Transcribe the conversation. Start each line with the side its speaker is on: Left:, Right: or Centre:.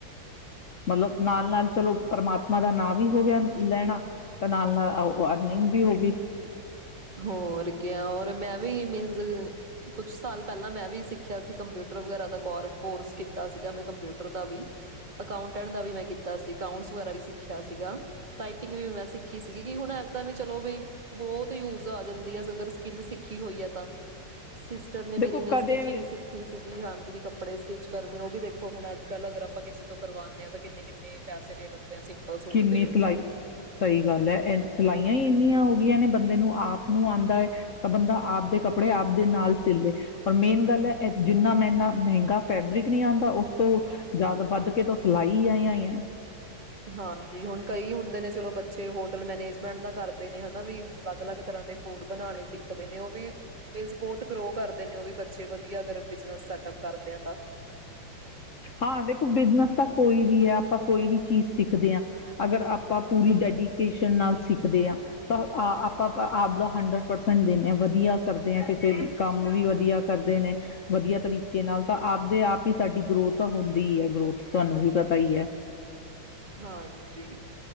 Left: ਮਤਲਬ ਨਾਲ ਨਾਲ ਚਲੋ। ਪਰਮਾਤਮਾ ਦਾ ਨਾਂ ਵੀ ਹੋ ਗਿਆ ਲੈਣਾ, ਤੇ ਨਾਲ ਨਾਲ ਉਹ ਅਰਨਿੰਗ ਵੀ ਹੋ ਗਈ।
Right: ਹੋਰ ਕਿਆ, ਔਰ ਮੈਂ ਵੀ ਮੀਨਜ਼ ਕੁਛ ਸਾਲ ਪਹਿਲਾਂ, ਮੈਂ ਵੀ ਸਿੱਖਿਆ ਸੀ ਕੰਪਿਊਟਰ ਵਗੈਰਾ ਦਾ ਕੌਰ-ਕੋਰਸ ਕੀਤਾ ਸੀਗਾ, ਮੈਂ ਕੰਪਿਊਟਰ ਦਾ ਵੀ। ਅਕਾਊਂਟ ਕਣ ਦਾ ਵੀ ਮੈਂ ਕੀਤਾ ਸੀ। ਅਕਾਊਂਟਸ ਵਗੈਰਾ ਵੀ ਸਿੱਖਿਆ ਸੀਗਾ। ਟਾਈਪਿੰਗ ਵੀ ਮੈਂ ਸਿੱਖੀ ਸੀਗੀ, ਕਿ ਹੁਣ ਇਦਾਂ ਵੀ ਚਲੋ ਵੀ ਬਹੂਤ ਯੂਜ ਆ ਜਾਂਦੀ ਹੈ, ਸ-ਅਗਰ ਸਕਿੱਲ ਸਿੱਖੀ ਹੋਈ ਹੈ ਤਾਂ ਸਿਸਟਰ ਨੇ ਮੇਰੀ
Left: ਦੇਖੋ
Right: ਨੇ
Left: ਕਦੇ
Right: ਸਟੀਿਚਿੰਗ
Left: ਵੀ
Right: ਸਿੱਖੀ ਸੀਗੀ। ਹਾਂ ਜਿਵੇਂ ਕੱਪ ਕੱਪੜੇ ਸਟਿਚ ਕਰਨੇ, ਉਹ ਵੀ ਦੇਖੋ ਹੁਣ ਅੱਜ ਕੱਲ੍ਹ ਅਗਰ ਆਪਾਂ ਕਿਸੇ ਤੋਂ ਕਰਵਾਉਂਦੇ ਹਾਂ ਤਾਂ ਕਿੰਨੇ-ਕਿੰਨੇ ਪੈਸੇ ਲੇ ਲੈਂਦੇ ਆ ਸਿੰਪਲ ਸੂਟ
Left: ਕਿੰਨੀ
Right: ਦੇ ਉਹ।
Left: ਸਿਲਾਈ, ਸਹੀ ਗੱਲ ਹੈ। ਐਨ ਸਿਲਾਈ ਹੀ ਇੰਨੀਆਂ ਹੋ ਗਈਆਂ ਨੇ। ਬੰਦੇ ਨੂੰ ਆਪ ਨੂੰ ਆਉਂਦਾ ਹੈ ਤਾਂ ਬੰਦਾ ਆਪ ਦੇ ਕੱਪੜੇ ਆਪਦੇ ਨਾਲ ਸਿੱਲੇ। ਔਰ ਮੇਨ ਗੱਲ ਹੈ, ਇਹ ਜਿੰਨਾ ਮਹਿੰਨਾ-ਮਹਿੰਗਾ ਫੈਬਰਿਕ ਨਹੀਂ ਆਉਂਦਾ ਉਸ ਤੋਂ ਜਿਆਦਾ ਵੱਧ ਕੇ ਦੱਸ ਸਿਲਾਈ ਆਈ-ਆਈ ਹੈ
Right: ਹਾਂਜੀ, ਹੁਣ ਕਈ ਹੁੰਦੇ ਨੇ। ਚਲੋ ਬੱਚੇ ਹੋਟਲ ਮੈਨੇਜਮੈਂਟ ਦਾ ਕਰਦੇ ਨੇ ਹਨਾ ਵੀ <unintelligible> ਅਲੱਗ ਤਰ੍ਹਾਂ ਦੇ ਫੂਡ ਬਣਾਉਣੇ ਸਿੱਖ <unintelligible> ਉਹ ਵੀ ਮੀਨਸ ਬਹੁਤ ਗਰੋ ਕਰਦੇ ਨੇ ਉਹ ਵੀ ਬੱਚੇ ਵਧੀਆ, ਅਗਰ ਬਿਜਨਸ ਸੈਟਅਪ ਕਰਦੇ ਆ ਤਾਂ।
Left: ਹਾਂ ਦੇਖੋ ਬਿਜਨਸ ਤਾਂ ਕੋਈ ਵੀ ਆ, ਆਪਾਂ ਕੋਈ ਵੀ ਚੀਜ਼ ਸਿੱਖਦੇ ਹਾਂ ਅਗਰ ਆਪਾਂ ਪੂਰੀ ਡੈਡੀਕੇਸ਼ਨ ਨਾਲ ਸਿੱਖਦੇ ਹਾਂ, ਤਾਂ ਆ-ਆਪਾਂ-ਪਾ-ਆਪ ਦਾ ਹੰਡਰਡ ਪਰਸੈਂਟ ਦੇਨੇ ਹਾਂ। ਵਧੀਆ ਕਰਦੇ ਹ ਕਿਸੇ ਵੀ ਕੰਮ ਵੀ ਵਧੀਆ ਕਰਦੇ ਨੇ। ਵਧੀਆ ਤਰੀਕੇ ਨਾਲ ਤਾਂ ਆਪਦੇ ਆਪ ਹੀ ਸਾਡੀ ਗਰੋਥ ਤਾਂ ਹੁੰਦੀ ਹੈ ਗਰੋਥ। ਤੁਹਾਨੂੰ ਵੀ ਪਤਾ ਹੀ ਹੈ।
Right: ਹਾਂਜੀ